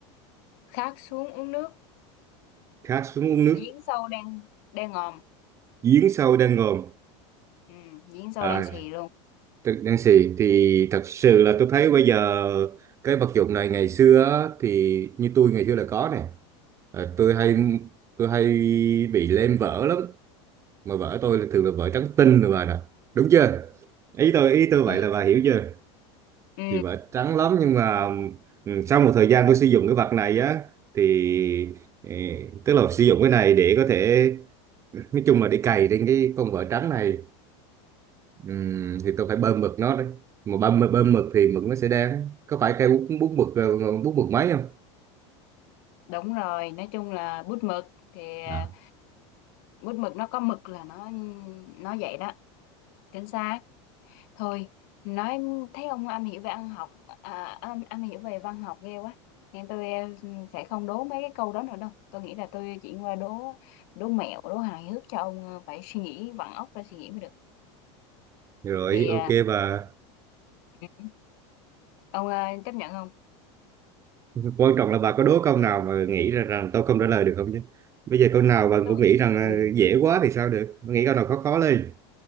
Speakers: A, on the left; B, on the right.
A: khát xuống uống nước
B: khát xuống uống nước
A: giếng sâu đang đang ngòm
B: giếng sâu đang ngòm
A: ừ. giếng sâu
B: à
A: đang xì luôn
B: tự- đang xị thì thật sự là tôi thấy bây giờ cái vật dụng này ngày xưa á, thì như tôi ngày xưa là có nè à, tôi hay tôi hay bị lem vỡ lắm mà vỡ tôi là thường là vỡ trắng tinh rồi bà nè đúng chưa ý tôi ý tôi vậy
A: ừ.
B: là bà hiểu chưa
A: ừ.
B: thì vỡ trắng lắm nhưng mà ừ, sau một thời gian tôi sử dụng cái vật này á thì ừ, tức là sử dụng cái này để có thể nói chung là để cày trên cái con vợ trắng này ừm, thì tôi phải bơm mực nó đấy mà bơm bơm mực thì mực nó sẽ đen có phải cây bút bút mực ờ, bút mực máy không
A: đúng rồi nói chung là bút mực thì à,
B: à.
A: bút mực nó có mực là nó nó vậy đó chính xác thôi nói thấy ông am hiểu về ăn học à, am, am hiểu về văn học ghê quá nên tôi ừ, sẽ không đố mấy cái câu đó nữa đâu tôi nghĩ là tôi chuyển qua đố đố mẹo đố hài hước cho ông ờ, phải suy nghĩ vặn óc ra suy nghĩ mới được
B: rồi
A: thì
B: ok
A: à,
B: bà
A: Ừ. Ông ờ, chấp nhận không?
B: Ừ. quan trọng là bà có đố câu nào mà nghĩ ra rằng tôi không trả lời được không chứ bây giờ câu nào bà
A: Tôi-
B: cũng nghĩ rằng ờ,
A: Ừ.
B: dễ quá thì sao được Bà nghĩ câu nào khó khó lên